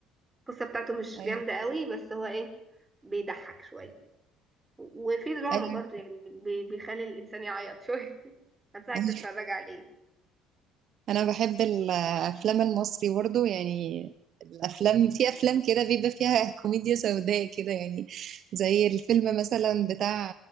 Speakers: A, on the right; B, on the right.
A: القصة بتاعته مش
B: ايوه
A: جامدة قوي بس هو ايه بيضحك شوية وفي دراما
B: ايوه
A: برضو يعني بي- بيخلي الانسان يعيط شوية <laughs> انصحك
B: ايوه
A: تتفرج عليه
B: انا بحب الافلام المصري برضو يعني الافلام في افلام كده بيبقى فيها <laughs> كوميديا سوداء كده يعني زي الفيلم مثلا بتاع